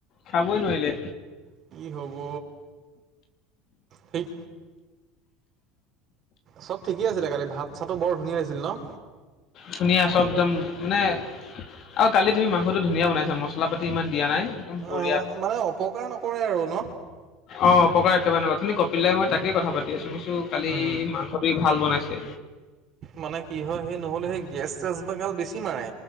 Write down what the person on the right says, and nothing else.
কি হব। ঠিক চব ঠিকেই আছিলে কালি ভাত চাতটো বৰ ধুনীয়া হৈছিল ন?
অ মানে অপকাৰ নকৰে আৰু ন
উম
মানে কি হয় সেই নহ'লে সেই গেছ চেছ বাগাল বেছি মাৰে।